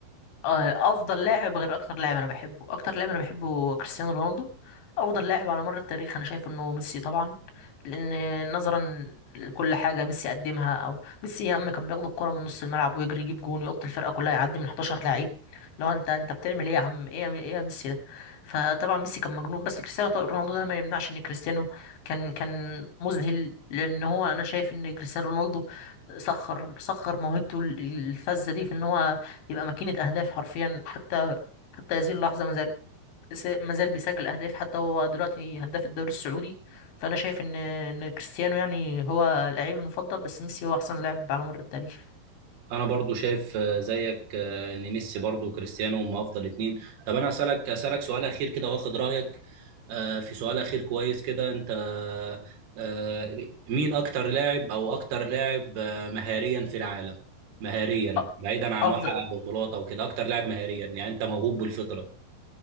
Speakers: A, on the left; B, on the right.
A: آه، افضل لاعب غير اكتر لاعب انا بحبه اكتر لاعب انا بحبه كريستيانو رونالدو افضل لاعب على مر التاريخ انا شايف انه ميسي طبعا لان نظرا لكل حاجه ميسي قدمها او ميسي يا عم كان بياخد الكره من نص الملعب ويجري يجيب جون يقط الفرقه كلها يعدي من 11 لعيب لو انت انت بتعمل ايه يا عم ايه يا ايه يا ميسي ده فطبعا ميسي كان مجنون بس كريستيانو طبعاً رونالدو ده ما يمنعش ان كريستيانو كان كان مذهل لان هو انا شايف ان كريستيانو رونالدو سخر سخر موهبته الفذه دي في ان هو يبقى ماكينة أهداف حرفيا حتى حتى هذه اللحظة مازال مازال بيسجل أهداف حتى هو دلوقتي هداف الدوري السعودي فأنا شايف إن إن كريستيانو يعني هو اللعيب المفضل بس ميسي هو أحسن لاعب على مر التاريخ
B: انا برضو شايف آه، زيك آه، ان ميسي برضو وكريستيانو هم افضل اتنين طب انا اسالك اسالك سؤال اخير كده واخد رايك آه، في سؤال اخير كويس كده انت آه، مين اكتر لاعب او اكتر لاعب آه، مهاريا في العالم مهاريا
A: أ-
B: بعيدا عن
A: أفضل
B: انه حقق بطولات او كده اكتر لاعب مهاريا يعني انت موهوب بالفطرة